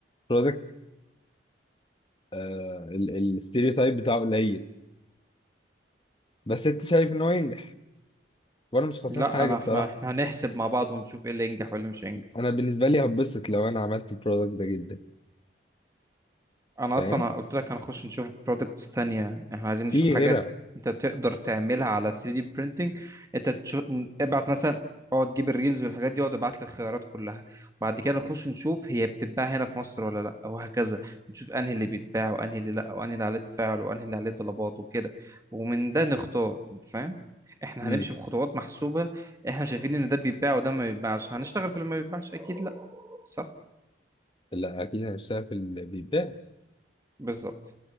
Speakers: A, on the left (about 30°); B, on the right (about 20°).
A: برودكت الستيريوتايب بتاعه قليل بس انت شايف ان هو ينجح وانا مش خسران
B: لا
A: حاجه
B: انا
A: الصراحه
B: احنا احنا هنحسب مع بعض ونشوف ايه اللي ينجح وايه اللي مش هينجح
A: انا بالنسبه لي هبسط لو انا عملت البرودكت ده جدا
B: انا
A: فاهم
B: اصلا قلت لك هنخش نشوف برودكتس تانية احنا عايزين نشوف
A: في
B: حاجات
A: غيرها
B: انت تقدر تعملها على 3D printing انت تشوف ابعت مثلا اقعد جيب الريلز والحاجات دي اقعد ابعت لي الخيارات كلها وبعد كده نخش نشوف هي بتتباع هنا في مصر ولا لا وهكذا نشوف انهي اللي بيتباع وانهي اللي لا وانهي اللي عليه تفاعل وانهي اللي عليه طلبات وكده ومن ده نختار انت فاهم احنا
A: امم
B: هنمشي بخطوات محسوبة احنا شايفين ان ده بيتباع وده ما بيتباعش هنشتغل في اللي ما بيتباعش اكيد لا صح
A: لا اكيد هشتغل في البيت
B: بالظبط